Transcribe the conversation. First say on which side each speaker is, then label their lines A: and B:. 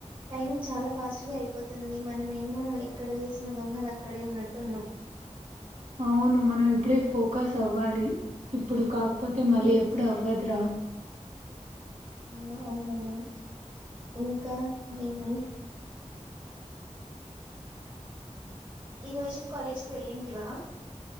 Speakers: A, on the right; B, on the right.
A: టైం చాలా ఫాస్ట్గా అయిపోతుంది మనమేమో ఎక్కడ వేసిన గొంగలు అక్కడే ఉన్నట్టు ఉన్నాం
B: అవును మనం ఇప్పుడే ఫోకస్ అవ్వాలి ఇప్పుడు కా కపోతే
A: హ్మ్
B: మళ్ళీ ఎప్పుడు అవ్వదురా
A: ఆ అవునవును ఇంకా ఏమి ఈ రోజు కాలేజ్కి వెళ్ళిందివా